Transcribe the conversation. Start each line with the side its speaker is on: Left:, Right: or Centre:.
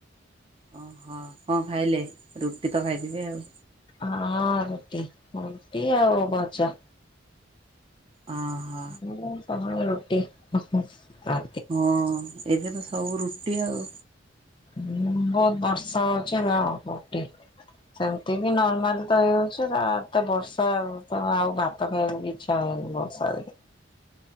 Right: ଓହୋ କଣ ଖାଇଲେ ରୁଟି ତ ଖାଇଦବେ ଆଉ।
Left: ହଁ ହଁ ରୁଟି ରୁଟି ଆଉ ଭଜା।
Right: ଅହ।
Left: ମୋର ସବୁବେଳେ ରୁଟି ହୁଁ। ରା
Right: ହଁ ଏବେ ତ ସବୁ ରୁଟି ଆଉ।
Left: ହୁଁ ବହୁତ ବର୍ଷା ହଉଚି <unintelligible> ସେମିତି ବି ନର୍ମାଲ ତ ହେଇଯାଉଛି। କାଇଁ ଆଜିଉ ଏତେ ବର୍ଷା ତ ଆଉ ଭାତ ଖାଇବାକୁ ଇ ଥାଉ ବଷାରେ।